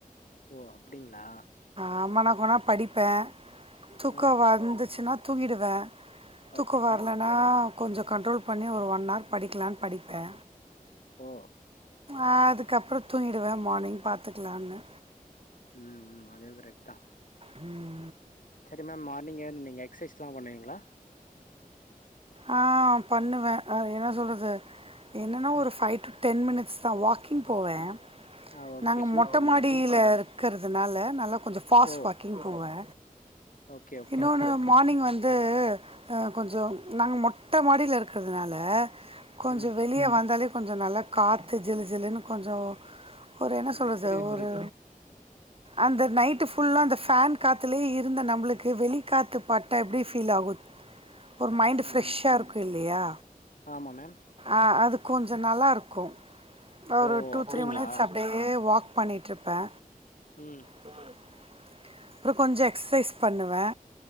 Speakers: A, on the left (about 65°); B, on the right (about 40°).
A: ஓ அப்டிங்ளா
B: ஆமா நா கொனா படிப்பே தூக்க
A: ம்
B: வந்துச்சுனா தூங்கிடுவே தூக்கொ
A: ஓகே
B: வர்லனா கொஞ்சொ கண்ட்ரோல் பண்ணி ஒரு ஒன் ஆர் படிக்கலான் படிப்பே
A: ஓ
B: ஆ அதுக்கப்றோ தூங்கிடுவே மானிங் பாத்துக்லான்னு
A: ம் ம் அதுவு கரெட்தா
B: ம்
A: செரி மேம் மார்னிங் எழுந்து நீங்க எக்சைஸ்லா பண்ணுவீங்ளா?
B: ஆ பண்ணுவே அ என்ன சொல்றது என்னனா
A: ம்
B: ஒரு ஃபை டு டென் மினிட்ஸ் தா வாக்கிங் போவே
A: ஆ ஓகே
B: நாங்க
A: சூப்பர்
B: மொட்ட மாடியில
A: மேம்
B: இரு க்கற்துனால நல்லா கொஞ்ச‌ ஃபாஸ்ட்
A: ஓ
B: வாக்கிங் போவே
A: ஓகே ஓகே
B: இன்னோனு
A: ஓகே
B: மானிங் வந்து அ கொஞ்சொ நாங்க மொட்ட மாடில இருக்கதுனால கொஞ்சொ
A: ம்
B: வெளிய வந்தாலே கொஞ்சொ நல்லா காத்து ஜிலு ஜிலுன்னு கொஞ்சோ ஒரு என்ன
A: ம்
B: சொல்றது
A: புரியுது புரியுது
B: ஒரு அந்த நைட்டு புல்லா அந்த ஃபேன் காத்துலே இருந்த நம்மளுக் கு வெளிக்காத்து பட்டா எப்டி ஃபீல் ஆகு ஒரு மைண்டு்
A: ம்
B: ஃப்ரெஷ்ஷா இருக்கு இல்லியா
A: ஆமா மேம்
B: ஆ அது கொஞ்ச நல்லாருக்கு ஒரு
A: ஓ
B: டூ
A: அப்டிங்களா
B: த்ரீ மினிட்ஸ் அப்டியே வாக் பண்ணிட்ருப்பே
A: ம்
B: ம் அப்றொ கொஞ்ச எக்ஸசைஸ் பண்ணுவே